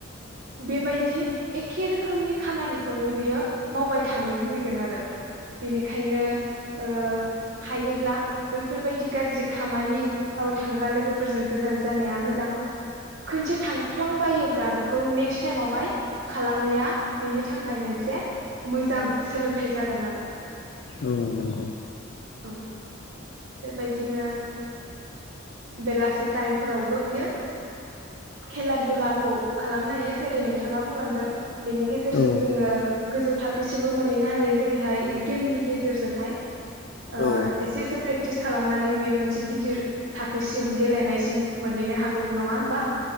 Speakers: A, on the right (about 55°); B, on the left (about 55°).
A: बेबायदि एखे रोखोमनि खामानिखौनो बियो मावबाय थानो लुबैगोन आरो बेनिखायनो ओ हायोब्ला बैफोरबायदि गाज्रि खामानि आव थांग्रा लोगोफोरजों गोजान जानाया मोजां खनसे थांफ्लांबायोब्रा बे खौ नेक्स्ट टाइमावहाय खालामैया बिनि थाखाय मोनसे मोजां सोलोंथाइ जागोन आरो।
B: औ नंगौ।
A: औ बेबायदिनो बेलासे टाइमफोरावबो बियो खेला दुलाखौ खालामनो हायो जेरै नोंथाङा बुंलांदों बेनि गेजेरजों
B: औ
A: जोङो गोजौ थाखोसिमबो मोनहैनो हायो जेरैहाय गेमनि गेजेरजोंहाय ओ
B: औ
A: एसे एसे फ्रेक खालामनानै बियो मोनसे गिदिर थाखोसिम गेलेनायसिम मोनहैनो हागौ नङा होमबा?